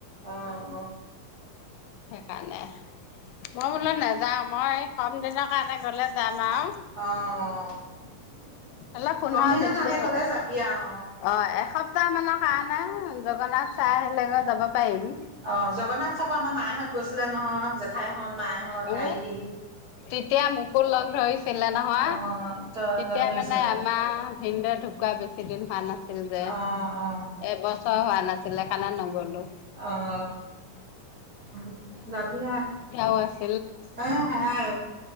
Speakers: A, on the right; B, on the left.
A: অহঁ অ
B: সেইকাৰণে মই বোলো নাযাও মই কম দিনৰ কাৰণে গলে যাম
A: অহ
B: আৰু
A: অ অ
B: অলপ পোন্ধৰ
A: কম দিনৰ
B: বিশ
A: কাৰণে
B: দিন
A: গ'লে যাবি আৰু
B: অ এসপ্তাহ মানৰ কাৰণে জগন্নাথ চাই আহিলে যাব পাৰিম
A: অ জগন্নাথ চাব আমাৰ মাহাহঁত গৈছিলে নহয় জেঠাইহঁত মায়েহঁত
B: উ
A: ভাইটি
B: তেতিয়া মোকো লগ ধৰিছিলে নহয়
A: অ অ তই
B: তেতিয়া
A: লগ ধৰিছিলে
B: মানে আমাৰ ভিনদে ধু ধুকোৱা বেছি দিন হোৱা নাছিল। ছিল যে
A: অ অ
B: এবছৰ হোৱা নাছিল। চলেখালা নগ'লোঁ।
A: অহ ‌অহ যাবি
B: গচ
A: এ সেয়াই